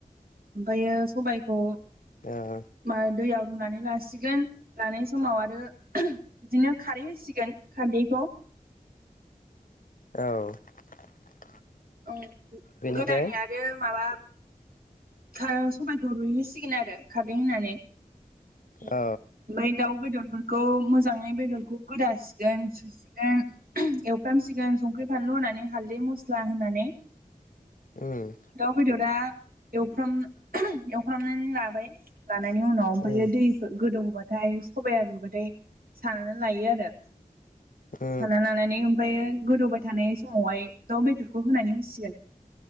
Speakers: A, on the right; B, on the left.
A: ओमफ्रायो सबायखौ
B: ओ
A: माय दैयाव रुनानै लासिगोन लानाय समाव आरो बिदिनो खारै होसिगोन खारदैखौ
B: औ
A: औ
B: बेनिफ्राय
A: गोदान आरो माबा खार सबायखौ रुइहोसिगोन आरो खारदै होनानै ओमफ्राय
B: औ
A: दाउ बेदर बेफोरखौ मोजाङै बेदरखौ गोदासिगोन सुसिगोन एवफ्रामसिगोन संख्रि फानलु होनानै हाल्दै मस्ला होनानै
B: उम
A: दाउ बेदरा एवफ्राम एवफ्रामनानै लाबाय लानायनि उनाव ओमफ्रायो
B: उम
A: दै गोदौ नबाथाय सबाया रुबाथाय सानानै लायो आरो।
B: उम
A: साना लानानै ओमफ्रायो गोदौबाय थानाय समावहाय दाउ बेदरखौ होनानै होसिगोन